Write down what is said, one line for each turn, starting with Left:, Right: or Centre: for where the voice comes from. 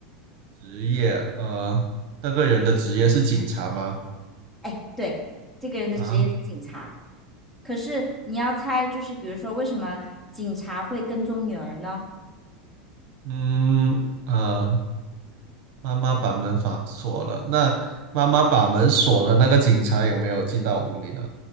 Right: 职业呃，那个人的职业是警察吗？
Centre: 哎，对，这个人的职业是警察，
Right: 啊，
Centre: 可是你要猜，就是比如说为什么警察会跟踪女儿呢？
Right: 嗯呃，妈妈把门反锁了，那妈妈把门锁了，那个警察有没有进到屋里呢？